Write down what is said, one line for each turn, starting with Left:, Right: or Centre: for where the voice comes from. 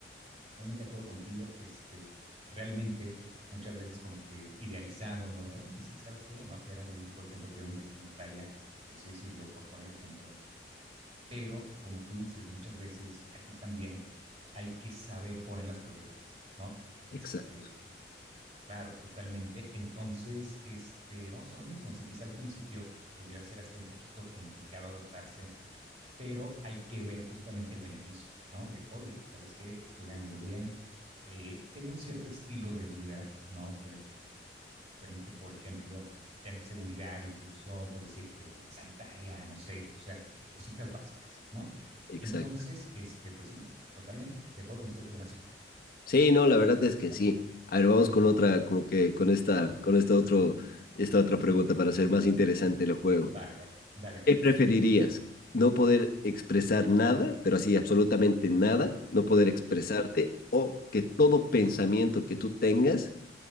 Right: totalmente de acuerdo contigo, este, realmente muchas veces como que idealizamos, ¿no? De, oye, sí, ¿sabes qué? Me voy a quedar a vivir, por ejemplo, tiene un destino de playa, por así decirlo, por poner el ejemplo. Pero, como tú dices, muchas veces aquí también hay que saber poner las prioridades, ¿no? Este,
Left: exacto,
Right: claro, totalmente. Entonces, este, vamos a lo mismo. Si quizá al principio pudiera ser hasta un poquito complicado adaptarse pero hay que ver justamente el beneficio, ¿no? De, oye, ¿sabes qué? Estoy ganando bien, eh, tengo un cierto estilo de vida, ¿no? Que me permite, por ejemplo, tener seguridad, incluso, por decirte, sanitaria, no sé, o sea, cositas básicas, ¿no?
Left: exacto.
Right: Entonces, este, pues sí, totalmente, de acuerdo con usted, jovenazo,
Left: Sí, no, la verdad es que
Right: totalmente.
Left: sí. A ver, vamos con otra, como que con esta, con esta otro, esta otra pregunta para hacer más interesante el juego.
Right: Vale, vale, dale, dale.
Left: ¿Qué preferirías? ¿No poder expresar nada, pero así absolutamente nada? ¿No poder expresarte o que todo pensamiento que tú tengas